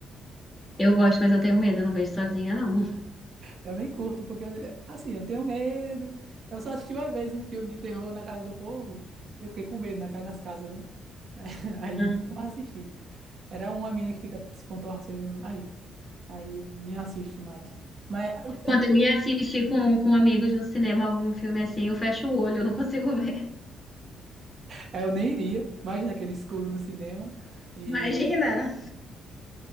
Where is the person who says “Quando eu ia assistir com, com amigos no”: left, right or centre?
Left